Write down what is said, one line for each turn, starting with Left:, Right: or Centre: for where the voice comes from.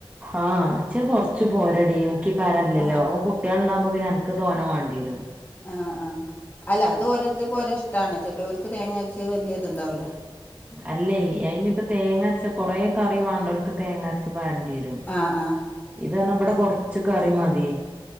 Right: ആഹ് ച്ച് കൊറച്ച് പോരടി മുക്കി പാരാൻലല്ലോ
Left: ആഹ്
Right: അവും കുട്ട്യാള് ഇണ്ടാവുമ്പൊ പിന്നെ അൻക്ക് തോനെ വാണ്ടി വരും.
Left: ആ ആഅല്ല അത് ഒരോരുത്തർക്കോരോ ഇഷ്ടാണ്ചെലോൽക്ക് തേങ്ങരച്ച് വല്ല്യ ഇത്ണ്ടാവൂല.
Right: അല്ലെയ് അയിനിപ്പ തേങ്ങ അരച്ച കൊറേ കറി വാണ്ടല്? തേങ്ങരച്ച് പാരണ്ടി വരും
Left: ആഹ് ആഹ്
Right: ഇത് അർഞ്ഞാ ഇവിടെ കൊറച്ച് കറി മതി.